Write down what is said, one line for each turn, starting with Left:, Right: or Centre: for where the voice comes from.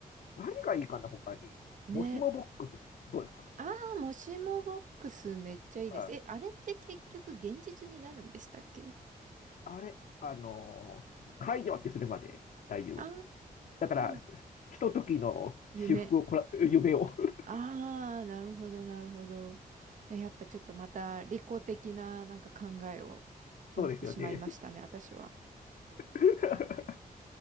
Left: 何がいいかな、他に。
Right: ね。
Left: もしもボックス、どうですか
Right: ああ、もしもボックスめっちゃいいです。
Left: はい。
Right: え、あれって結局現実になるんでしたっけ
Left: あれ、あのー解除ってするまで大丈夫ですね。
Right: あ
Left: だから、
Right: あー、
Left: ひとときの私服をこら、
Right: 夢。
Left: 夢を。<laughs>
Right: ああ、なるほど、なるほど。え、やっぱちょっとまた利己的ななんか考えを持ってしまいましたね、
Left: そうですよね。
Right: 私は。
Left: <laughs>